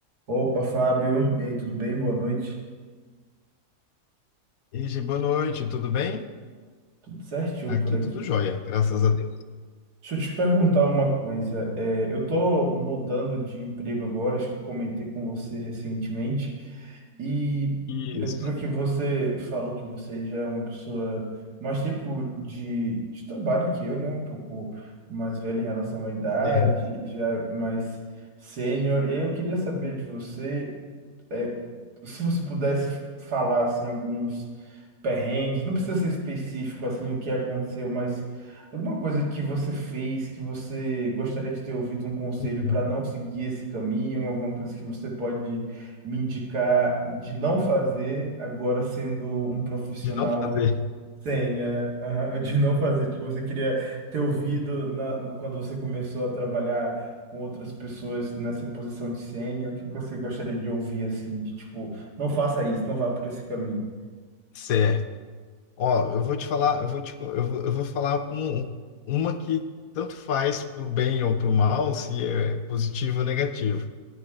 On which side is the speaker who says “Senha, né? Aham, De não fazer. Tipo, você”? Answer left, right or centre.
Right